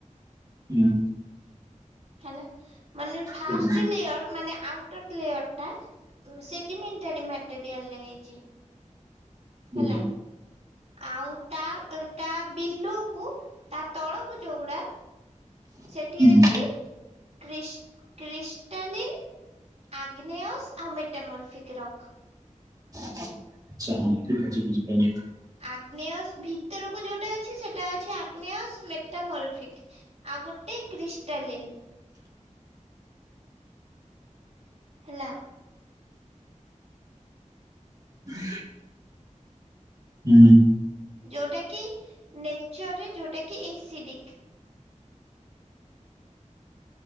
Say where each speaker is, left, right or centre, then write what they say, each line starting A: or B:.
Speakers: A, on the right; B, on the right.
A: ହୁଁ।
B: ହେଲା ମାନେ ଫାଷ୍ଟ
A: ବୁଝିଲି
B: ଲେୟର ମାନେ ଆଉଟର ଲେୟର ଟା ସେଡିମେଣ୍ଟାରୀ ମଟେରିଆଲ ରେ ହେଇଚି। ହେଲା
A: ବୁଝିଲି।
B: ଆଉ ତା ତା ବିଲୁକୁ ତା ତଳକୁ ଯୋଉଗୁଡ଼ା ସେଠି
A: ହୁଁ
B: ଅଛି କ୍ରିଶ୍ କ୍ରିଷ୍ଟଲିନ୍ ଆଗ୍ନେୟସ ଆଉ ମେଟେ ମୋରଫିକ ରକ୍।
A: ଆଚ୍ଛା ହଁ ଠିକ ଅଛି ବୁଝିପାଇଲି।
B: ଆଗ୍ନେୟଶ୍ ଭିତରକୁ ଯୋଉଟା ଅଛି ସେ ଟା ଅଛି ଆଗ୍ନେୟସ୍ ମେଟାମରଫିକ୍ ଆଉ ଗୋଟେ କ୍ରିଷ୍ଟାଲିନ୍। ହେଲା।
A: <inaudible> ହୁଁ।
B: ଯଉଟାକି ନେଚର୍ ରେ ଯଉଟାକି ଏସିଡ଼ିକ୍।